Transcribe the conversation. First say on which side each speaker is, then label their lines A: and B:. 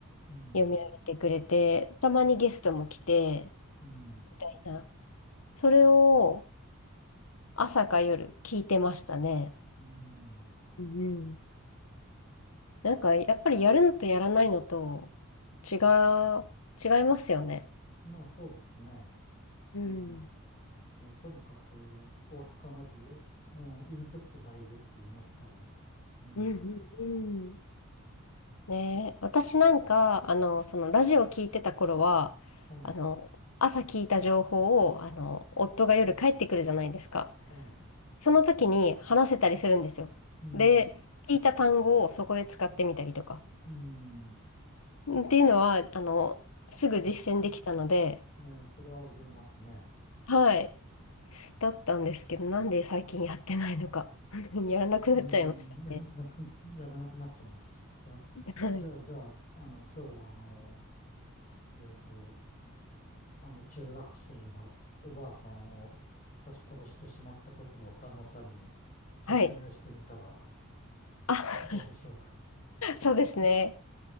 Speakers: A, on the left (about 40°); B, on the left (about 75°).
A: うん。
B: 読み上げてくれて、たまにゲストも来て、
A: うん。
B: みたいなそれを朝か夜聞いてましたね。
A: うん。
B: うん。なんか、やっぱりやるのとやらないのと違う、違いますよね。
A: まあ、そうですね。
B: うん。
A: まあ、もうとにかく、語学がまず、うん、インプット大事って言いますから、ねえ。
B: うんうんうんね、私なんか、あの、そのラジオ聞いてた頃は、
A: はい。
B: あの、朝聞いた情報を、あの、夫が夜帰ってくるじゃないですか。
A: はい。
B: その時に話せたりするんですよ。
A: うん。
B: で、聞いた単語をそこで使ってみたりとか。
A: うん。
B: っていうのは、あの、すぐ実践できたので、
A: ええ、それは覚えますね。
B: はい、だったんですけど、なんで最近やってないのか。<laughs> やらなくなっちゃいました。
A: うーん、やらなくな、やらなくなっちゃいます。じゃあ、
B: はい。
A: じゃあ、じゃあ、あの、今日は、あの、えっと、あの中学生がおばあさんを刺し殺してしまったことを旦那さんに説明してみたら
B: はい。あ、
A: どうでしょ
B: <laughs> そうですね。